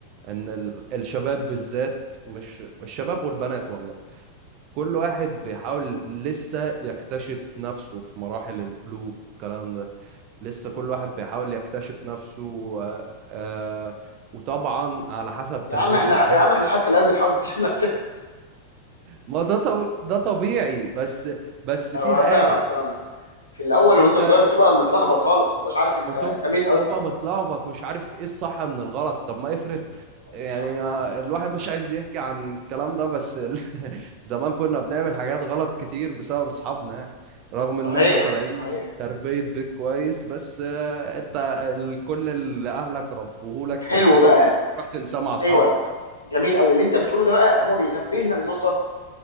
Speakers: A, on the right; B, on the left.
A: ان ال- الشباب بالذات مش الشباب والبنات والله كل واحد بيحاول لسه يكتشف نفسه في مراحل البلوغ الكلام ده لسه
B: مم.
A: كل واحد بيحاول يكتشف نفسه آه، آه، وطبعا على حسب
B: يا
A: تربية
B: عم احنا
A: الأهل
B: يا عم احنا حتى الان بنحاول نكتشف نفسنا
A: ما ده طب... ده طبيعي بس بس
B: أيوة،
A: في حاجة
B: فاهمك فاهمك في الاول
A: انت
B: وانت صغير بتبقى متلخبط خالص ما بتبقاش عارف انت
A: بتبقى
B: انت مين
A: بتبقى
B: اصلا
A: متلخبط مش عارف ايه الصح من الغلط طب ما افرض
B: ايوه
A: يعني
B: صح
A: الواحد مش عايز يحكي عن الكلام ده بس ال- <laughs> زمان كنا بنعمل حاجات غلط كتير بسبب اصحابنا يعني رغم ان
B: صحيح
A: احنا طالعين
B: صحيح
A: من تربية بيت كويس بس آه، انت ال- كل اللي اهلك ربوهولك
B: حلو
A: في البيت
B: بقى
A: انت بتروح تنساه مع اصحابك
B: ايوه جميل قوي اللي انت بتقوله ده بقى هو بينبهنا لنقطه